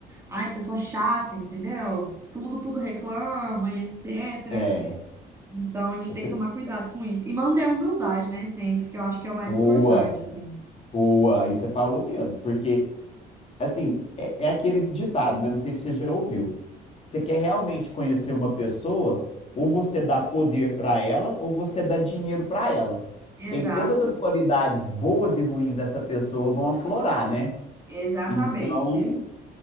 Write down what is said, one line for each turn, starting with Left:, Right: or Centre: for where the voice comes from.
Right: Ai, pessoa chata, entendeu? Tudo, tudo reclama e etc.
Left: É,
Right: Então a gente
Left: essa
Right: tem que
Left: é
Right: tomar cuidado com isso. E manter a humildade, né? Sempre, que eu acho que é o mais
Left: boa,
Right: importante, assim.
Left: boa, aí você falou mesmo, porque Assim, é, é aquele ditado, né? Não sei se você já ouviu. Você quer realmente conhecer uma pessoa, ou você dá poder para ela, ou você dá dinheiro para ela.
Right: Exato.
Left: Que aí todas as qualidades boas e ruins dessa pessoa vão aflorar, né?
Right: Exatamente.
Left: Então,